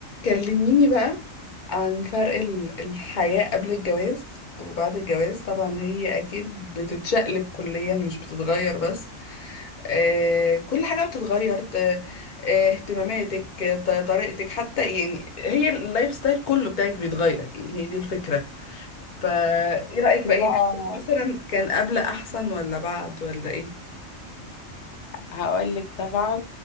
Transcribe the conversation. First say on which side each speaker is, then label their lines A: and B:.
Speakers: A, on the left; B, on the left.
A: كلميني بقى عن فرق ال- الحياة قبل الجواز وبعد الجواز طبعا هي أكيد بتتشقلب كليا مش بتتغير بس آه كل حاجة بتتغير ت- آه، اهتماماتك ط- طريقتك حتى يعني هي اللايف ستايل كله بتاعك بيتغير يعني هي دي الفكرة فإيه رأيك
B: ده
A: بقى
B: بقى
A: يعني مثلا كان قبل أحسن ولا بعد ولا إيه؟
B: هقولك طبعا